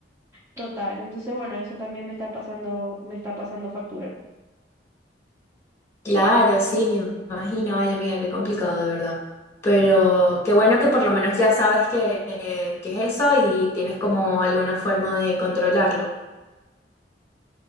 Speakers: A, on the right; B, on the left.
A: Total, entonces bueno, eso también me está pasando, me está pasando factura.
B: Claro, sí, me imagino. Ay, amiga, qué complicado de verdad. Pero qué bueno que por lo menos ya sabes que, eh, que es eso y tienes como alguna forma de controlarlo.